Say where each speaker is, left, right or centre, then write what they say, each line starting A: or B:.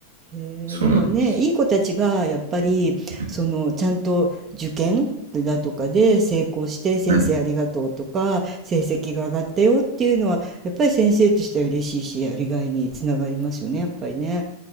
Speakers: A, on the right (about 25°); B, on the right (about 65°).
A: へえ、
B: そうなんです。
A: でもね、いい子たちがやっぱり、
B: はい。
A: その、ちゃんと受験だとかで成功して、先生ありがとうとか、
B: はい。
A: 成績が上がったよっていうのは、やっぱり先生としては嬉しいし、やりがいにつながりますよね、やっぱりね。